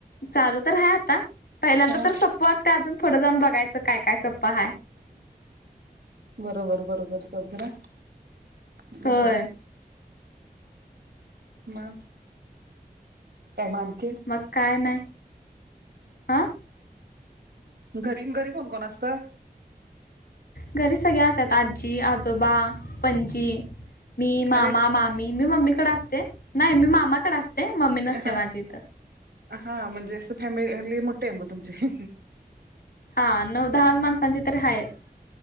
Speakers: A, on the left (about 70°); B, on the right (about 85°).
A: चालू तर हाय आता, पहिल्यांदा
B: हा.
A: तर सोपवट ते अजून फुडं जाऊन बघायचं. काय काय सोपं हाय.
B: बरोबर बरोबर. <unintelligible>
A: होय
B: <unintelligible> मग काय मग आणखी?
A: मग काय नाही. हं.
B: घरी-घरी, मग कोण-कोण असतं?
A: घरी सगळ्या असतात आजी, आजोबा, पणजी. मी मामा,
B: अरे
A: मामी मी मम्मीकडे असते. नाही, मी मामाकडे असते. मम्मी नसते
B: हा.
A: माझी इथं.
B: हा, म्हणजे फॅमिली-फॅमिली मोठे आहे मग तुमची.
A: हा, नऊ-दहा माणसांची तरी हाच.